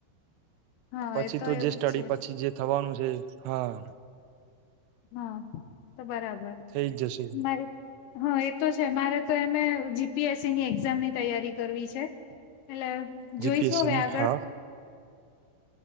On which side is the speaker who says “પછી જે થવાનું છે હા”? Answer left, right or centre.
Right